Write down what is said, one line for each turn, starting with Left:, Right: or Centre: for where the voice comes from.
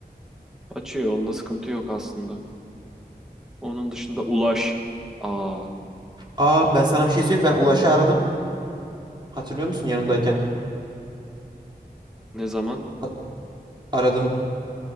Centre: açıyor. Onda sıkıntı yok aslında. Onun dışında Ulaş. Aa,
Right: Aa ben sana bir şey söyleyeyim. Ben Ulaş'ı aradım. Hatırlıyor musun yanındayken?
Centre: ne zaman?
Right: A- Aradım.